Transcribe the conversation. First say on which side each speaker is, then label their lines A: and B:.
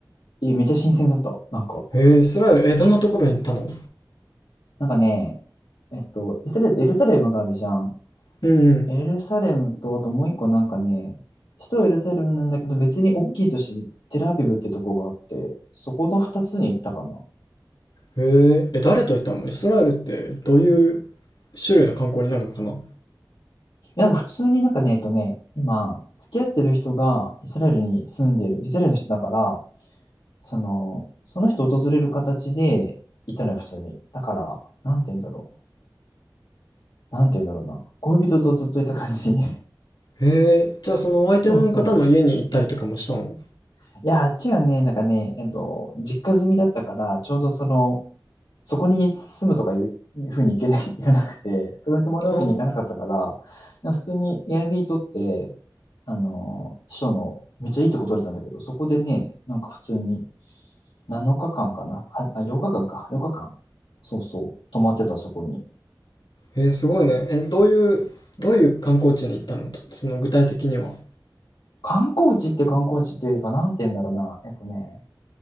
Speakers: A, on the left (about 80°); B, on the left (about 65°).
A: う、え、めっちゃ新鮮だった。なんか、
B: えー、イスラエル、えー、どんなところに行ったの
A: なんかね、えっと、イスラエル、エルサレムがあるじゃん。
B: うんうん。
A: エルサレムと、あともう一個なんかね、首都エルサレムなんだけど、別に大きい都市、テルアビブってとこがあって、そこの二つに行ったかな。
B: えー、え、誰と行ったのイスラエルってどういう種類の観光になるのかな
A: えなんか普通になんかね、えっとね、今、付き合ってる人がイスラエルに住んでる、イスラエルの人だから、その、その人訪れる形でいたのよ、普通に。だから、なんて言うんだろう。なんて言うんだろうな。恋人とずっといた感じ。<laughs>
B: えー、じゃあそのお相手の方の家に行ったりとかもしたの
A: そうそう。いや、あっちがね、なんかね、えっと、実家住みだったから、ちょうどその、そこに住むとかいう、いうふうにいけない、<laughs> いかなくて、そこに泊まるわけにいかなかったから、
B: ああ、
A: なんか普通に Airb 取って、あの、首都のめっちゃいいとこ取れたんだけど、そこでね、なんか普通に7日間かんかな、はあ、8日間かんか、8日間、そうそう、泊まってたそこに。
B: えー、すごいね。え、どういう、どういう観光地に行ったのちょその具体的には。
A: 観光地っていう観光地っていうよりか、なんて言うんだろうな。えっとね、